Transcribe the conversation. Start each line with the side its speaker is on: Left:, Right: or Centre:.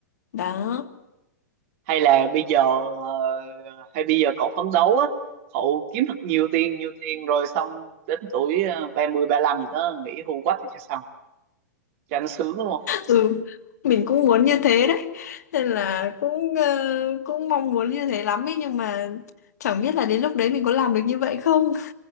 Left: Đó.
Right: hay là bây giờ ờ, hay bây giờ cậu phấn đấu á cậu kiếm thật nhiều tiền nhiều tiền rồi xong đến tuổi ờ, 30 lăm gì đó nghỉ hưu quách thì cho xong cho nó sướng đúng không
Left: Ừ. Mình cũng muốn như thế đấy. Nên là cũng ờ, cũng mong muốn như thế lắm ấy nhưng mà chẳng biết là đến lúc đấy mình có làm được như vậy không.